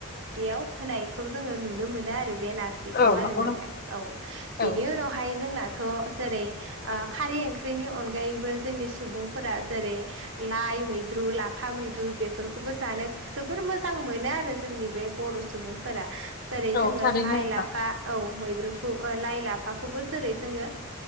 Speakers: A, on the right; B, on the left.
A: बेयाव होनायखौबो जोङो नुनो मोनो आरो बे नारजि खौ
B: औ
A: आरो
B: नंगौ
A: नोंथां औ बेनि
B: औ
A: उनावहाय जोंनाथ' जेरै खारै ओं ख्रिनि अनगायैबो जोंनि सुबुंफोरा जेरै लाइ मैद द्रु लाफा मैद्रु बेफोरखौबो जानो जोबोर मोजां मोनो आरो जोंनि बे बर' सुबुं फोरा जेरै
B: औ
A: जोङो
B: थारैनो
A: लाइ
B: नोंथां
A: लाफा औ मैद्रुखौ लाइ लाफाखौबो जेरै जोङो